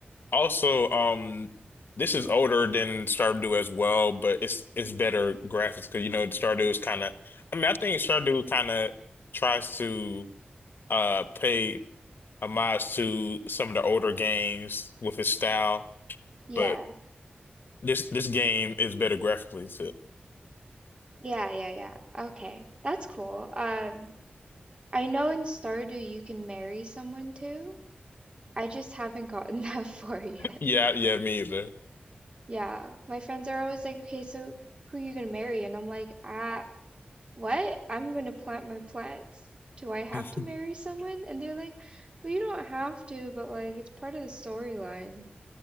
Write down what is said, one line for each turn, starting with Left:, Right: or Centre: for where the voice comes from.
Left: Also, um, this is older than Stardew as well, but it's it's better graphics because you know Stardew is kind of. I mean, I think Stardew kind of tries to uh pay homage to some of the older games with his style,
Right: Yeah.
Left: but This this game is better graphically too.
Right: Yeah, yeah, yeah. Okay. That's cool. Um, I know in Stardew you can marry someone too. I just haven't gotten <laughs> that far yet.
Left: Yeah, yeah, me either.
Right: Yeah, my friends are always like, okay, so who are you gonna marry? And I'm like, ah, what? I'm gonna plant my plants. Do I have
Left: <laughs>
Right: to marry someone? And they're like, well, you don't have to, but like, it's part of the storyline.